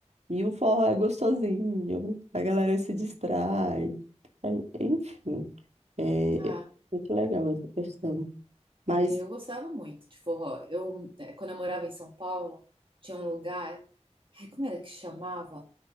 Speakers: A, on the right; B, on the right.
A: E o forró é gostosinho, a galera se distrai. É- Enfim, é é
B: Ah,
A: muito legal essa questão. Mas,
B: eu gostava muito de forró. Eu, eh, quando eu morava em São Paulo, tinha um lugar, ai, como era que chamava?